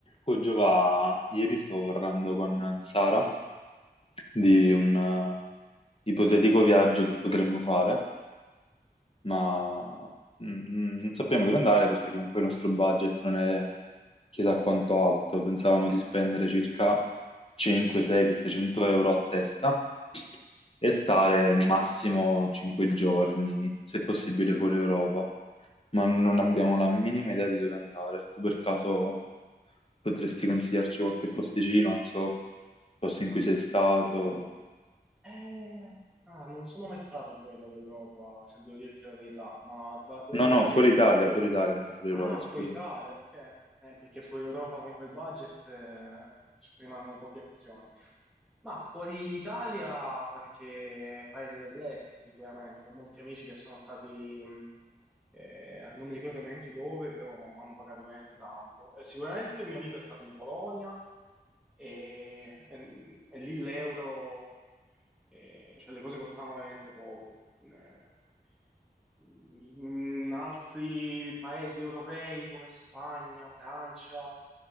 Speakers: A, on the left; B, in the centre.
A: Oh, Giova, ieri stavo parlando con Sara di un eh, ipotetico viaggio che potremmo fare ma mm, mm, non sappiamo dove andare perché comunque il nostro budget non è chissà quanto alto, pensavamo di spendere circa 5, 6, 700 euro a testa e stare massimo 5 giorni, se possibile fuori Europa, ma non abbiamo la minima idea di dove andare. Tu per caso potresti consigliarci qualche posticino, non so, posto in cui sei stato?
B: Eh, ah, non sono mai stato fuori dall'Europa, se devo dirti la verità, ma da quello
A: No, no,
B: che...
A: fuori Italia, fuori Italia, non fuori
B: Ah,
A: Europa, scusa.
B: fuori Italia, ok. Eh, perché fuori Europa con quel budget eh, ci rimangono poche opzioni. Ma fuori Italia, qualche paese dell'est sicuramente. Ho molti amici che sono stati, mh, eh, non mi ricordo neanche dove, però hanno pagato veramente tanto. Eh, sicuramente un mio amico è stato in Polonia e, e- e lì l'euro... Eh, cioè le cose costavano veramente poco. Eh, in altri paesi europei come Spagna, Francia,